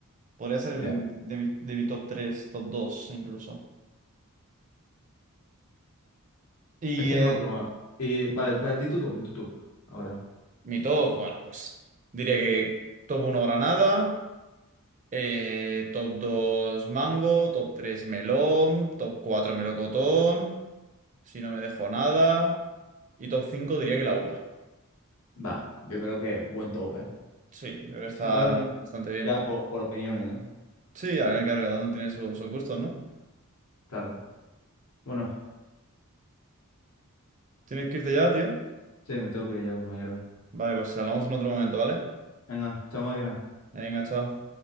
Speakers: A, on the right (about 35°); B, on the left (about 85°).
A: Podría ser el-
B: Ya.
A: de mi, de mi top tres top dos incluso. Y
B: Es que
A: eh,
B: no lo he probado. Y vale, pa- di tu top, di tu top. Ahora.
A: mi top, bueno, pues diría que top uno granada, eh, top 2 mango, top 3 melón, top 4 melocotón, si no me dejo nada. Y top 5 diría que la uva.
B: Va, yo creo que buen top, ¿eh?
A: Sí, yo creo que
B: Sí,
A: está
B: A ver, no,
A: bastante bien.
B: ya por, por opiniones, ¿no?
A: Sí, a ver, claro, cada uno tiene su- sus gustos, ¿no?
B: Claro. Bueno,
A: Tienes que irte ya, tío.
B: sí, me tengo que ir ya, compañero.
A: Vale, pues hablamos en otro momento, ¿vale?
B: Venga, chao máquina.
A: Venga, chao.